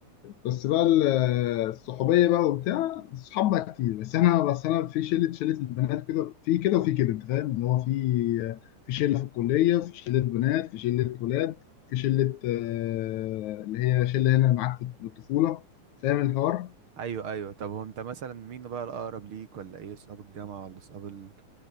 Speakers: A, on the left; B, on the right.
A: بس بقى ال- الصحوبيه بقى وبتاع الصحاب بقى كتير بس احنا بس انا في شله شله البنات كده في كده وفي كده انت فاهم اللي هو في في شله في الكليه في شله بنات في شله ولاد في شله آه، اللي هي شله هنا معاك في الطفوله فاهم الحوار
B: ايوه ايوه طب هو انت مثلا مين بقى الاقرب ليك ولا ايه اصحاب الجامعه ولا اصحاب ال...